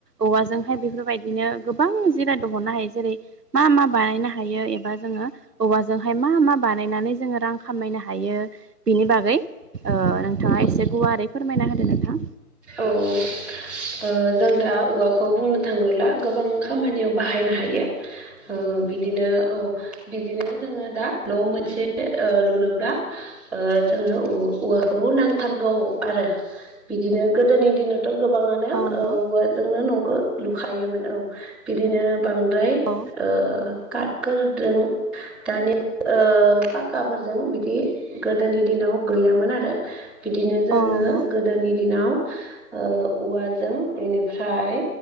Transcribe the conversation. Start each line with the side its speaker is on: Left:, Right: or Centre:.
Right: औवाजोंहाय बेफोरबायदिनो गोबां जिराद दिहुननो हायो जेरै मा-मा बानायनो हायो एबा जोंङो औवाजो जोंहाय मा-मा बानायनानै जोंङो रां खामायनो हायो बिनि बागै नोंथांङा एसे गुवारै फोरमायना होदो नोंथां
Centre: औ-औ जों दा औवाखौ बुंनो थांङोब्ला गोबां खामानियाव बाहायनो हायो। ओ औ बिदिनो औ बिदिनो जोंङो दा नयाव मोनसे ओ लुनोब्ला ओ जोंङो औवाखौ नांथारगौ आरो। बिदिनो गोदोनि दिनावथ गोबांङानो
Right: औ नंगौ
Centre: ओ औवाजोंनो नखौ लुखायोमोन औ बिदिनो बांद्राय
Right: औ
Centre: ओ काटफोरजों दानिया ओ पाखाफोरजों बिदि गोदोनि दिनाव गैयामोन आरो बिदिनो जोंङो
Right: औ नंगौ
Centre: गोदोनि दिनाव ओ औवाजों इनिफ्राय